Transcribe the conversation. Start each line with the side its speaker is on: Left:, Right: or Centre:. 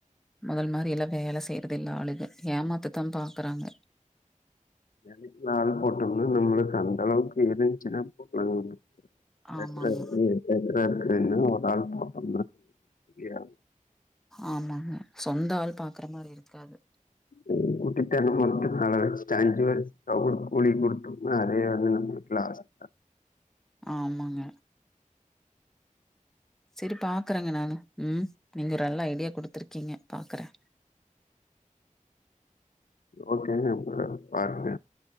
Centre: மொதல் மாரி எல்லா வேல செய்றது இல்ல ஆளுக ஏமாத்தத்தா பாக்குறாங்க
Left: தெனைக்கி ஆள் போட்டம்ன்னா நம்ளுக்கு அந்தளவுக்கு <unintelligible> போட்லங்க சேக்றாருக்கு
Centre: ஆமாங்க
Left: சேக்றாருக்குனு ஒரு ஆள் போட்டம்னா முடியாது
Centre: ஆமாங்க சொந்த ஆள் பாக்ற மாரி இருக்காது
Left: உ முன்கூட்டிதனமா விட்டு கட வச்சுட்டு அஞ்சுவர்ஷத்துல ஒரு கோடி குடுத்தம்னா அதே அது நம்ளுக்கு லாஸ் தா
Centre: ஆமாங்க செரி பாக்குறேங்க நானு ம் நீங்க ஒரு நல்ல ஐடியா குடுத்துருக்கீங்க பாக்றே
Left: ஓகே ப்ப பாருங்க